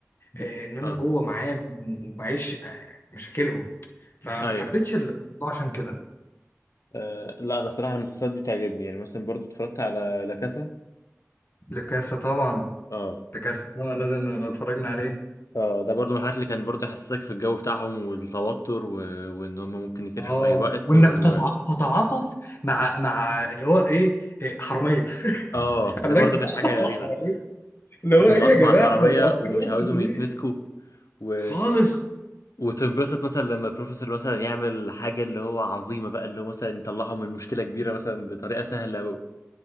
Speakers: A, on the left; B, on the left.
A: آه ان انا
B: اه
A: جوه معاهم وبعيش آه مشاكلهم فما
B: ايوه
A: حبيتش الموضوع عشان كده
B: أه لا انا صراحه المسلسلات دي بتعجبني يعني مثلا برضو اتفرجت على لا كاسا
A: لكاسة طبعا
B: اه
A: لكاسة طبعا لازم نبقى اتفرجنا عليه
B: اه ده برضو من الحاجات اللي كان برضو يحسسك في الجو بتاعهم والتوتر و... وان هم ممكن يتقفشوا
A: اه
B: في اي وقت
A: وانك
B: و...
A: تتع- تتعاطف مع مع اللي هو ايه, إيه حراميه <laughs>
B: اه ده
A: خلاك
B: برضو
A: تتعاطف
B: كانت حاجه غريبه
A: مع حراميه اللي هو
B: انت
A: ايه
B: متعاطف
A: يا جماعه
B: مع الحراميه
A: احنا متعاطفين
B: ومش
A: كده انتوا
B: عاوزهم
A: ليه
B: يتمسكوا و...
A: خالص
B: وتنبسط مثلا لما البروفيسور مثلا يعمل حاجه اللي هو عظيمه بقى اللي هو مثلا يطلعهم من مشكله كبيره مثلا بطريقه سهله و...